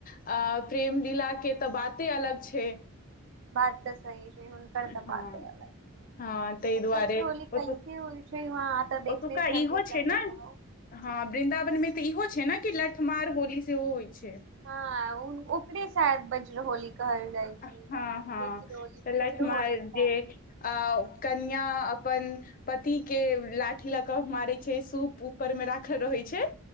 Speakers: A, on the left; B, on the right.
A: अ। प्रेम -लीला के तऽ बाते अलग छै।
B: बात तऽ सही छै, हुनकर
A: हँ
B: तऽ बाते अलग छैै।
A: हँ ताहि दुआरे
B: क होली
A: ओतु
B: कैसे होइ छै वहाँ तऽ देखने
A: ओतुका
B: छलली
A: इहो
B: त
A: छै ने
B: बताउ।
A: हँ वृन्दावन मे तऽ इहो छै ने कि लठ्ठमार होली सेहो होइ छै।
B: हँ ह। की शायद बज्रहोली। कहल जाइ
A: हँ,
B: छै
A: हँ
B: बिजरोली बिजरहोली
A: लठ्ठमार
B: शायद
A: जे अ। कनिया अपन पति के लाठी लऽ कऽ मारै छै सूप ऊपर में राखल रहै छै।